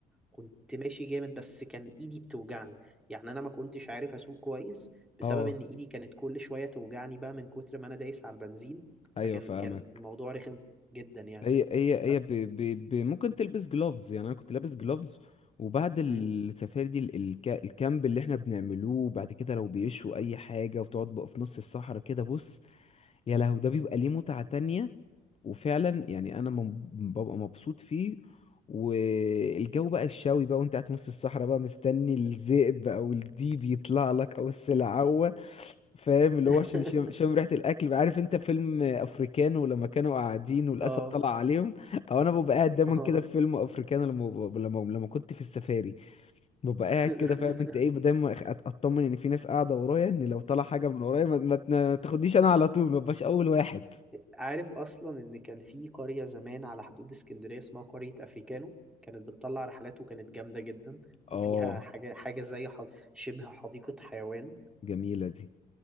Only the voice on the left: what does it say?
اه
ايوه
فاهمك
هي هي هي
ب... ب... ب... ممكن تلبس جلوفز يعني انا كنت لابس جلوفز وبعد السفاري
دي ال- الك... الكامب اللي احنا بنعملوه بعد كده لو بيشوا اي حاجه وتقعد بقى في نص الصحراء كده بص يا لهو ده بيبقى ليه متعه تانية وفعلا يعني انا مم- ببقى مبسوط فيه والجو بقى الشاوي بقى وانت قاعد في نص الصحراء بقى مستني الذئب او الديب يطلع لك او السلعوة فاهم اللي
هو عشان شم, شم ريحة الاكل بقى عارف انت فيلم افريكانو لما كانوا قاعدين والاسد
طلع عليهم او انا ببقى قاعد دايما
كده في فيلم افريكانو لما ب- لما لما كنت في السفاري ببقى
قاعد كده فاهم انت ايه دايما أخ- أت- اطمن ان في ناس قاعدة ورايا ان لو طلع حاجة من ورايا ما, ما تن- تاخدنيش انا على طول ما ببقاش اول واحد
اه
جميلة دي